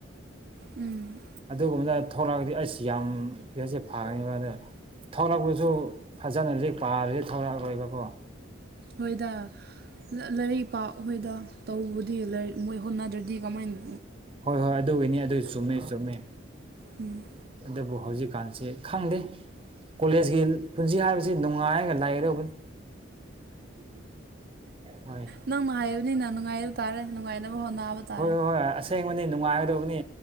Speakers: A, on the right (about 50°); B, on the right (about 25°).
A: ꯎꯝ
B: ꯑꯗꯨꯒꯨꯝꯕꯗ ꯊꯣꯛꯂꯛꯑꯒꯗꯤ ꯑꯩꯁ ꯌꯥꯝ ꯄꯁꯦ ꯐꯒꯅꯤꯕ ꯑꯗꯨꯗ ꯊꯣꯛꯂꯛꯄꯁꯨ ꯐꯖꯅꯗꯤ ꯄꯥꯔꯗꯤ ꯊꯣꯛꯂꯛꯂꯣꯏꯕꯀꯣ
A: ꯍꯣꯏꯗ ꯂꯥꯏꯔꯤꯛ ꯄꯥ ꯍꯣꯏꯗ ꯇꯧꯕꯗꯤ ꯂꯥꯏꯔꯤꯛ ꯃꯣꯏ ꯍꯣꯠꯅꯗ꯭ꯔꯗꯤ ꯀꯃꯥꯏꯅ
B: ꯍꯣꯏ ꯍꯣꯏ ꯑꯗꯨꯒꯤꯅꯤ ꯑꯗꯨ ꯆꯨꯝꯃꯦ ꯆꯨꯝꯃꯦ
A: ꯎꯝ
B: ꯇꯕꯨ ꯍꯧꯖꯤꯛꯀꯥꯟꯁꯦ ꯈꯪꯗꯦ ꯀꯣꯂꯦꯖꯀꯤ ꯄꯨꯟꯁꯤ ꯍꯥꯏꯕꯁꯤ ꯅꯨꯡꯉꯥꯏꯔꯒ ꯂꯩꯒꯗꯧꯕꯅꯤ ꯍꯣꯏ
A: ꯅꯪꯅ ꯍꯥꯏꯕꯅꯤꯅ ꯅꯨꯡꯉꯥꯏꯕ ꯇꯥꯔꯦ ꯅꯨꯡꯉꯥꯏꯅꯕ ꯍꯣꯠꯅꯕ ꯇꯥꯔꯦ
B: ꯍꯣꯏ ꯍꯣꯏ ꯍꯣꯏ ꯑꯁꯦꯡꯕꯅꯤ ꯅꯨꯡꯉꯥꯏꯒꯗꯕꯅꯤ